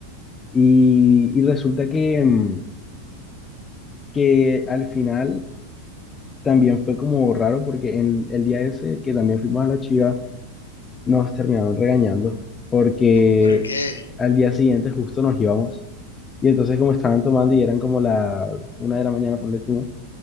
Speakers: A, on the left; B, on the left.
A: Y, y resulta que, mm, que al final también fue como raro porque en el día ese que también fuimos a la chiva, nos terminaron regañando porque
B: ¿Por por qué?
A: al día siguiente justo nos íbamos. Y entonces como estaban tomando y eran como la una de la mañana, ponle tú.